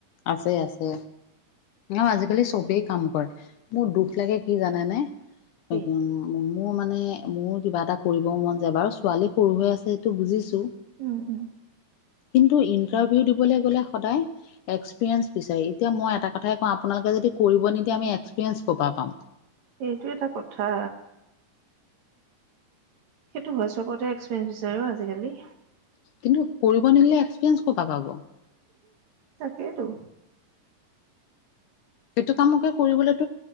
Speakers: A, on the left (about 75°); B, on the right (about 60°).
A: আছে আছে। ন আজিকালি চবেই। কাম কৰে। মোৰ দুখ লাগে কি জান নে -
B: কি
A: মোৰ মানে, মোৰ কিবা এটা কৰিব মন যায় বাৰু, ছোৱালী সৰু হৈ আছে সেইটো বুজিছো।
B: উম উম
A: কিন্তু, ইন্টাৰভিউ দিবলৈ গ'লে সদায়। এক্সপিৰিয়েঞ্চ বিচাৰি। এতিয়া মই এটা কথাই কওঁ আপোনালোকে যদি কৰিব নিদিয়ে আমি এক্সপিৰিয়েঞ্চ ক'ৰপা পাম।
B: সেইটোৱেতো কথা। সেইটো হয়, চবতে এক্সপেডিচাৰে ন আজিকালি?
A: কিন্তু কৰিব নিদিলে এক্সপিৰিয়েঞ্চ ক'ৰ পৰা পাবা?
B: তাকেইটো।
A: সেইটো কামকে কৰিবলৈ।